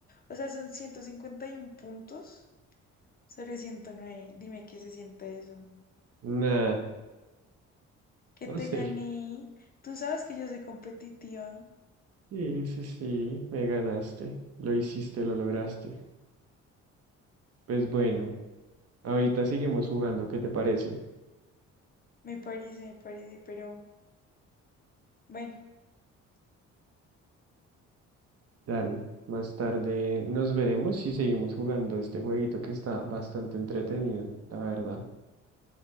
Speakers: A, on the left (about 30°); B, on the right (about 55°).
A: O sea, son 151 puntos sobre ciento nueve Dime qué se siente eso.
B: Nah, nah,
A: Que
B: no
A: te
B: sé.
A: gané. Tú sabes que yo soy competitiva.
B: Sí, sí, sí, me ganaste. Lo hiciste, lo lograste. Pues bueno, ahorita seguimos jugando. ¿Qué te parece?
A: Me parece, me parece, pero bueno,
B: Dale, más tarde nos veremos y seguimos jugando este jueguito que está bastante entretenido, la verdad.